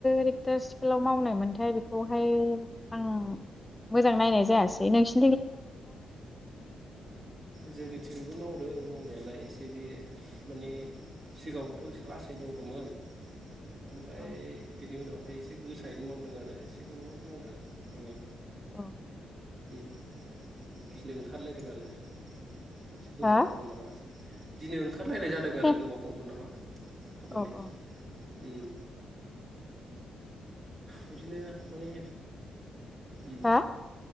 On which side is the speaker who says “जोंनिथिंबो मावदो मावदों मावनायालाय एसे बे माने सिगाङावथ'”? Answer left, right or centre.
Right